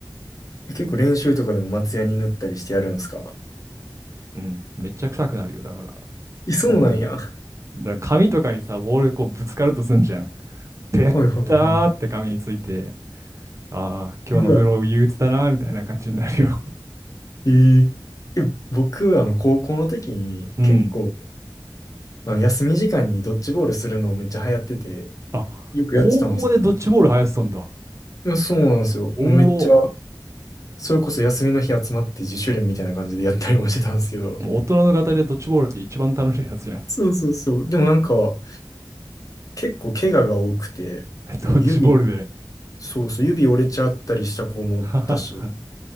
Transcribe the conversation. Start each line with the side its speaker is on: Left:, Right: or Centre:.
Left: え結構練習とかでも松ヤに塗ったりしてやるんですか
Right: うん。めっちゃ臭くなるよ、だから。
Left: え、そうなんや。
Right: 本当に。
Left: は
Right: だから紙とかにさ、ボールこうぶつかるとすんじゃん。べったーって紙について、
Left: いはいはい。
Right: ああ、今日の風呂憂鬱だなーみたいな感じになるよ。
Left: うわ。えー、え僕、あの、高校の時に結構、
Right: <laughs> うん。
Left: あの休み時間にドッジボールするのめっちゃ流行ってて、
Right: あ、
Left: よくやってたんですけど。
Right: 高校でドッジボール流行ってたんだ。
Left: いや、そうなんですよ。
Right: おもろ。
Left: もうめっちゃ、それこそ休みの日集まって自主練みたいな感じでやったりもしてたんですけど。
Right: もう大人の方でドッジボールって一番楽しいやつじゃん。
Left: そうそうそう。
Right: <laughs>
Left: でもなんか、結構怪我が多くて、
Right: ドッジボールで。
Left: あの、指、そうそう、指折れちゃったりした子もおったし。
Right: <laughs>